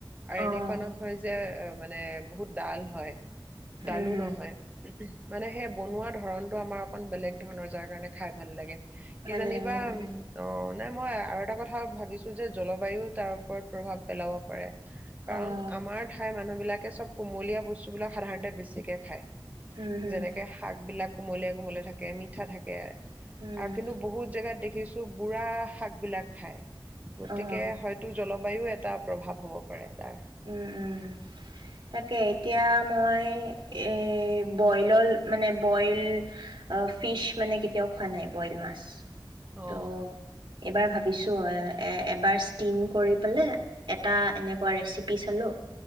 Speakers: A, on the right (about 20°); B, on the right (about 60°).
A: আৰু
B: অ',
A: এনেকুৱা নহয় যে মানে বহুত ডল হয়। ডালো
B: উম, হম,
A: নহয়। মানে সেই বনোৱা ধৰণটো আমাৰ অকণ বেলেগ ধৰণৰ যাৰ কাৰণে খাই ভাল লাগে। কিজানিবা
B: ভাল লাগে উম,
A: অ, নে মই আৰু এটা কথা ভাবিছোঁ যে জলবায়ুও তাৰ ওপৰত প্ৰভাৱ পেলাব পাৰে। কাৰণ
B: অ',
A: আমাৰ ঠাই মানুহ বিলাকে চব কুমলীয়া বস্তুবিলাক সাধাৰণতে বেছিকে খায়।
B: উম, হম,
A: যেনেকে শাক বিলাক। কুমলীয়া কুমলীয়া থাকে, মিঠা থাকে।
B: উম,
A: আৰু কিন্তু বহুত জেগাত দেখি দেখিছো বুঢ়া শাক বিলাক খাই। গতিকে
B: অ',
A: হয়তো জলবায়ু, এটা প্ৰভাৱ হ'ব পাৰে। তাৰ।
B: উম, উম। তাকে এতিয়া মই এই বইলৰ মানে বইল অ', ফিচ মানে কেতিয়াও খোৱা নাই বইল মাছ।
A: অ
B: ত' এইবাৰ ভাবিছো এবাৰ ষ্টিম কৰি পেলাই এটা এনেকোৱা ৰেচি <unintelligible>